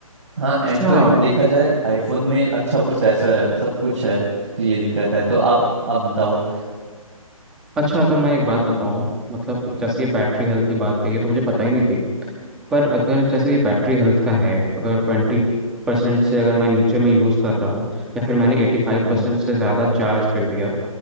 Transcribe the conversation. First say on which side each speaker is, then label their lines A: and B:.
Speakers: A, on the right (about 55°); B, in the centre.
A: हाँ
B: अच्छा
A: एंड टू एंड देखा जाए आईफोन में अच्छा प्रोसेसर है सब कुछ है तो ये दिक्कत है तो आप आप बताओ
B: अच्छा अगर मैं एक बात बताऊँ मतलब जैसे ये बैटरी हेल्थ की बात है ये तो मुझे पता ही नहीं थी पर अगर जैसे ये बैटरी हेल्थ का है अगर ट्वेंटी परसेंट से अगर मैं नीचे में यूज़ कर रहा हूँ या फिर मैंने एटी फाइव
A: हम्म
B: परसेंट से ज़्यादा चार्ज कर दिया